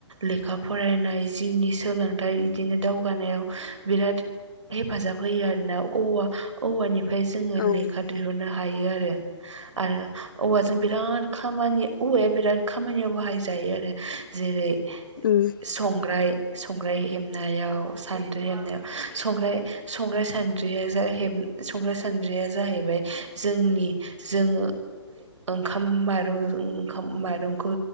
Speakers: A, on the right; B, on the left.
A: लेखा फरायनाय जिउनि सोलोंथाइ बिदिनो दावगानायाव बिराद हेफाजाब होयो आरो ना औवा -औवानि फ्राय जोङो
B: औ उम
A: लेखा दिहुननो हायो आरो आरो औवाजों बिराद खामानि औवाया बिराद खामानियाव बाहायजायो आरो जेरै
B: उम
A: संग्राय संग्राय हेबनायाव सान्द्रि हेबनायाव संग्राय संग्राय सान्द्रिया जा संग्रा सानद्रिया जाहैबाय जोंनि जोङो ओंखाम माइरं ओंखाम माइरंखौ